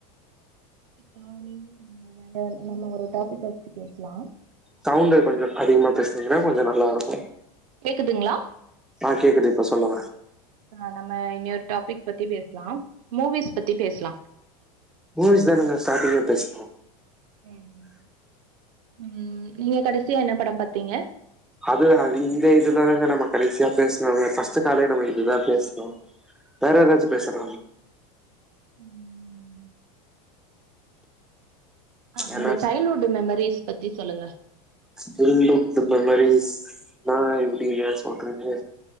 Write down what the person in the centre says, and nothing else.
சவுண்டு கொஞ்சம் அதிகமா பேசுனீங்கன்னா கொஞ்ச நல்லா இருக்கும்
ஆ கேக்குது இப்ப சொல்லுங்க
மூவிஸ் தான் நீங்க ஸ்டார்ட்டிங்கே பேஸ்னீங்க
அது அது இந்த இதுல தா நாம கடைசியா பேசுனதே ஃபர்ஸ்ட்டு காலே நாம இதுதா பேசுனோ வேற எதாச்சு பேசலாமே
ஏன்னா
சைல்டு ஹுட்டு மெமரீஸ்னா எப்டிங்க சொல்றது